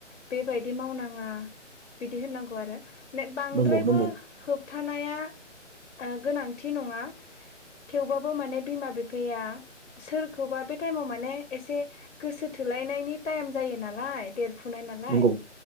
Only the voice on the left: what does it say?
बेबायदि मावनाङा बिदि होननांगौ आरो ने बांद्रायबो
होबथानाया ओ गोनांथि नङा। थेवबाबो माने बिमा बिफाया सोरखौबा बे टाइमाव माने एसे गोसो थोलाय लायनायनि टाइम जायो नालाय देरफुनाय नालाय